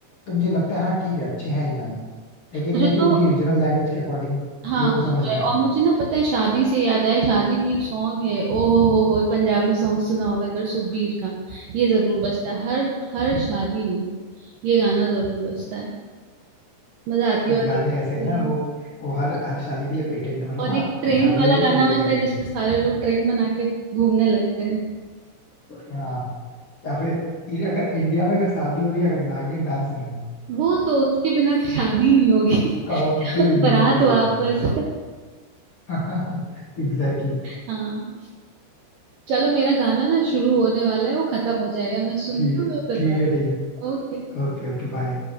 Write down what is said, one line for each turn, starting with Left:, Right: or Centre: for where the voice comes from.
Left: तो मुझे लगता है हाँ ठीक है अच्छे हैं ये गाने लेकिन
Right: मुझे
Left: यह है कि
Right: तो
Left: उनकी रीजनल लैंग्वेज के अकॉर्डिंग
Right: हाँ
Left: लोगों को
Right: होता
Left: समझ नहीं
Right: है
Left: आते
Right: और मुझे ना पता है शादी से याद आया शादी में एक सॉन्ग है ओ हो हो हो पंजाबी सॉन्ग सुना होगा अगर सुखबीर का ये जरूर बजता है हर हर शादी में ये गाना जरूर बजता है मजा आती
Left: कुछ
Right: है और
Left: गाने
Right: एक
Left: ऐसे है
Right: ट्रेन
Left: ना वो वो हर हर शादी के लिए पेटेंट है मतलब
Right: और
Left: हाँ
Right: एक ट्रेन
Left: शादी
Right: वाला
Left: हो रही है
Right: गाना
Left: तो ये
Right: बजता
Left: जरूर
Right: है
Left: बजेगा
Right: जिसमें सारे लोग ट्रेन बना के घूमने लगते हैं
Left: हाँ या फिर ये अगर इंडिया में अगर शादी हो रही है अगर नागिन डांस नहीं हो
Right: वो तो उसके बिना तो शादी नहीं होगी
Left: कॉम्प्लीमेंट्री
Right: <laughs> बारात
Left: है
Right: वापस
Left: यार <laughs> Exactly exactly.
Right: हाँ चलो मेरा गाना ना शुरू होने वाला है वो खत्म हो जाएगा मैं सुनती
Left: ठीक
Right: हूँ मैं फिर
Left: ठीक
Right: बात
Left: है ठीक है
Right: ओके
Left: ओके Okay bye